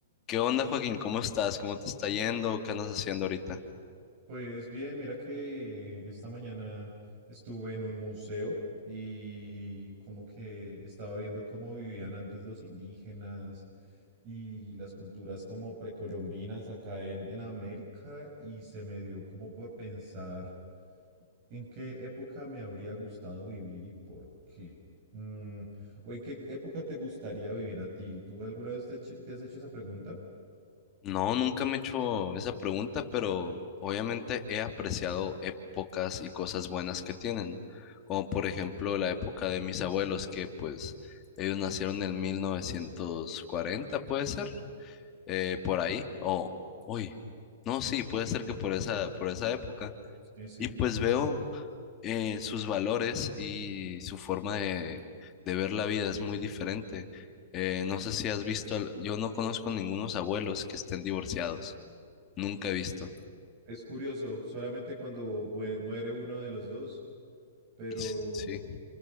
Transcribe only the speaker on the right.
Pues bien, mira que esta mañana estuve en un museo y como que estaba viendo cómo vivían antes los indígenas y las culturas como precolombinas acá en, en América y se me dio como por pensar en qué época me habría gustado vivir y por qué. Mm, o en qué época te gustaría vivir a ti. ¿Tú alguna vez te, eche- te has hecho esa pregunta?
Sí, sí,
más
o
Es curioso, solamente cuando mue- muere uno de los dos, pero,